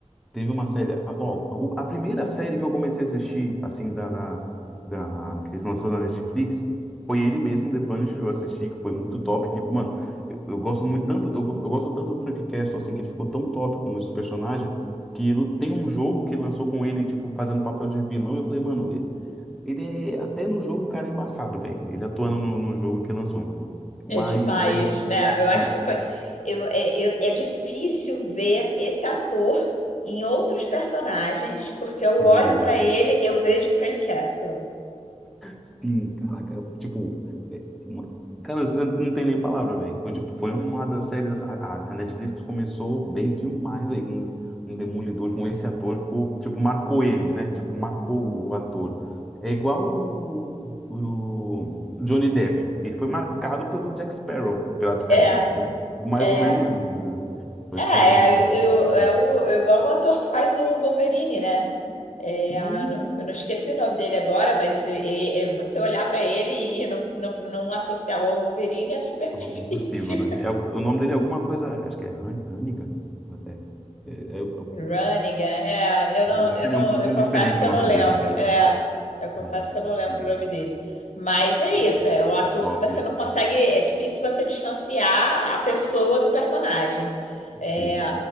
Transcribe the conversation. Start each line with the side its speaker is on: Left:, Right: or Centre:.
Centre: teve uma série, a- ó, o- a primeira série que eu comecei a assistir, assim, da, da, da- que eles lançaram na Netflix, foi ele mesmo, The Punisher, eu assisti, que foi muito top, que, mano, eu, eu gosto muito tanto, eu, go- eu gosto tanto do Frank Castle, assim, que ele ficou tão top como esse personagem, que ele- tem um jogo que lançou com ele, tipo, fazendo papel de vilão, e eu falei, mano, ele é, até no jogo o cara é embaçado, velho, ele atuando no, no jogo que lançou, mas,
Left: É demais,
Centre: aí ele,
Left: né? Eu
Centre: sim,
Left: acho que foi. Eu, é, eu- é difícil ver esse ator em outros personagens, porque eu
Centre: assinou
Left: olho
Centre: ele.
Left: pra ele, eu vejo Frank Castle.
Centre: Sim, caraca, eu, tipo, é, uma- cara, não, não tem nem palavra, velho. Foi, tipo, foi uma das séries, a, a- a Netflix começou bem demais, velho, com um Demolidor, com esse ator, ficou, tipo, marcou ele, né? Tipo, marcou o ator. É igual o, o Johnny Depp, ele foi marcado pelo Jack Sparrow, do Piratas do
Left: É,
Centre: Caribe, tipo, mais
Left: é.
Centre: ou menos isso, entendeu? Foi
Left: É,
Centre: o
Left: é,
Centre: que aconteceu com ele.
Left: eu,
Centre: Muito bom.
Left: é o, é igual o ator que faz o Wolverine, né? É,
Centre: Sim,
Left: a- eu não esqueci o nome dele agora, mas e- e- você olhar pra ele e não, não, não associar ao Wolverine é super
Centre: Algo
Left: <laughs> difícil.
Centre: Impossível, né? É, o nome dele é alguma coisa, acho que é Han- Hannigan. É, é, é, é, é
Left: Runnigan, é, É, eu não,
Centre: é diferente,
Left: eu não,
Centre: é um pouquinho
Left: eu confesso
Centre: diferente
Left: que
Centre: o
Left: eu
Centre: nome
Left: não lembro,
Centre: dele.
Left: é, eu confesso
Centre: É,
Left: que eu não lembro
Centre: é,
Left: o nome dele, mas é
Centre: cara,
Left: isso, é um ator
Centre: top,
Left: que você não consegue, é difícil você distanciar a pessoa do personagem, é,
Centre: sim.